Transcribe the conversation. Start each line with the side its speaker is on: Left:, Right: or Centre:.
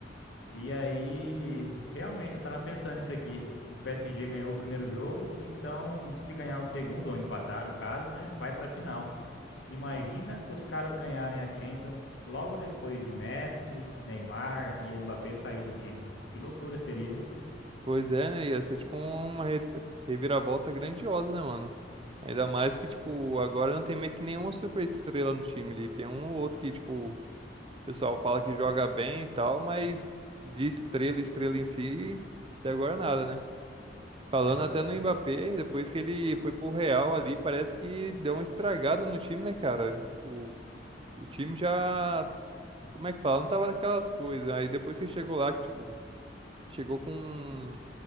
Left: E aí, realmente eu tava pensando isso aqui. O PSG ganhou o primeiro jogo, então se ganhar o segundo, ou empatar no caso, né? Vai pra final. Imagina os caras ganharem a Champions logo depois de Messi, Neymar e Mbappé sair do time. Que loucura seria, hein?
Right: Pois é, né? Ia ser tipo uma re- reviravolta grandiosa, né, mano? Ainda mais que, tipo, agora não tem meio que nenhuma super estrela no time ali. Tem um ou outro que, tipo, o pessoal fala que joga bem e tal, mas de estrela, estrela em si, até agora nada, né? Falando
Left: Exato,
Right: até no
Left: é.
Right: Mbappé, depois que ele foi pro Real ali, parece que deu uma estragada no time, né, cara? Tipo, o time já. Como é que fala? Não tava daquelas coisas. Aí depois que chegou lá, que, tipo, chegou com.